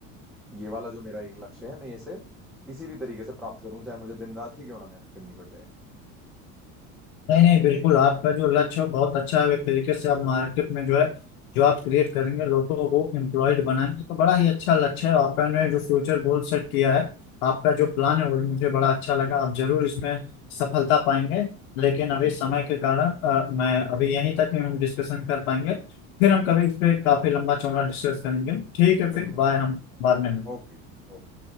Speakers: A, in the centre; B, on the left (about 75°).
A: ये वाला जो मेरा एक लक्ष्य है मैं इसे किसी भी तरीके से प्राप्त करूं चाहे मुझे दिन रात ही क्यों ना मेहनत करनी पड़ जाए
B: नहीं नहीं बिल्कुल
A: जी
B: आपका जो लक्ष्य है बहुत अच्छा है एक तरीके से आप मार्केट में जो है जो आप क्रिएट करेंगे लोगों को एम्प्लॉयड बनाएंगे तो बड़ा ही अच्छा लक्ष्य है आपने जो फ्यूचर गोल सेट किया है आपका जो प्लान है वो भी मुझे बड़ा अच्छा लगा आप जरूर इसमें सफलता पाएंगे लेकिन अभी
A: जी
B: समय
A: जी जी
B: के कारण अ, मैं अभी यहीं तक ही हम डिस्कशन कर पाएंगे फिर हम कभी इस पे काफी लंबा चौड़ा डिस्कस करेंगे ठीक है फिर
A: बिल्कुल
B: बाय
A: बिल्कुल
B: हम बाद में मिलते हैं।
A: ओके जी ओके